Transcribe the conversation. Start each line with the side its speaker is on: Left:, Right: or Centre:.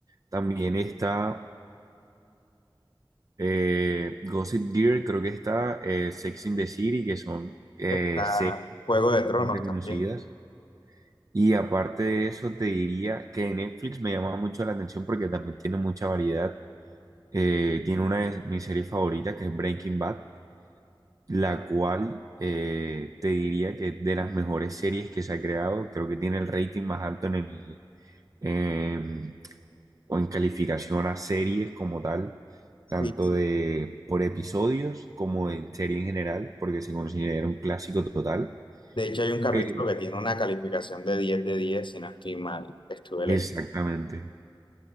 Right: También está Eh, Gossip Girl, creo que está eh, Sex in the City, que son eh,
Left: Está
Right: series
Left: Juego de Tronos
Right: muy reconocidas.
Left: también.
Right: Y aparte de eso, te diría que Netflix me llama mucho la atención porque también tiene mucha variedad. Eh, tiene una de mis series favoritas, que es Breaking Bad, la cual eh, te diría que es de las mejores series que se ha creado. Creo que tiene el rating más alto en el, em, o en calificación a series como tal. tanto
Left: Sí, sí.
Right: de por episodios como en serie en general, porque se considera un clásico total.
Left: De hecho, hay un capítulo
Right: Eh,
Left: que tiene una calificación de 10 de 10 si no estoy mal, que estuve
Right: exactamente.
Left: leyendo.